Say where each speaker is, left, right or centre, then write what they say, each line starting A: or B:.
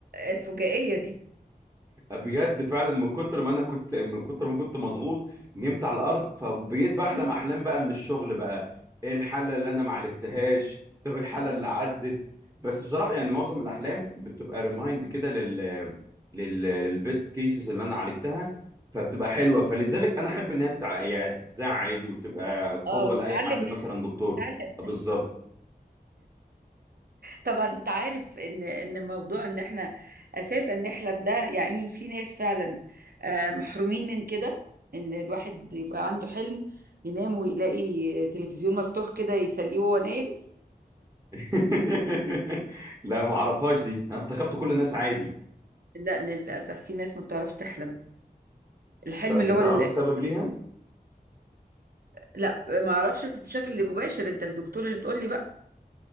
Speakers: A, on the right; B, on the right.
A: الفجائية دي
B: بجد فعلا من كتر ما انا كنت من كتر ما كنت مضغوط نمت على الارض فبقيت بحلم احلام بقى من الشغل بقى ايه الحاله اللي انا ما عالجتهاش طب الحاله اللي عدت بس بصراحه يعني معظم الاحلام بتبقى ريمايند كده لل لل للبيست كيسز اللي انا عالجتها فبتبقى حلوه فلذلك انا احب انها تتع... يعني تتذاع عادي وتبقى قدوه
A: اه ونتعلم
B: لاي حد مثلا
A: منها
B: دكتور
A: ونتعلم
B: آه، بالظبط
A: طبعا انت عارف ان ان موضوع ان احنا اساسا نحلم ده يعني في ناس فعلا آه، محرومين من كده ان الواحد يبقى عنده حلم ينام ويلاقي تلفزيون مفتوح كده يسليه وهو نايم
B: <laughs> لا ما اعرفهاش دي انا افتكرت كل الناس عادي
A: لا للاسف في ناس ما بتعرفش تحلم الحلم
B: طب
A: اللي
B: بتعرفي
A: هو اللي
B: سبب ليها
A: لا ما اعرفش بشكل مباشر انت الدكتور اللي تقول لي بقى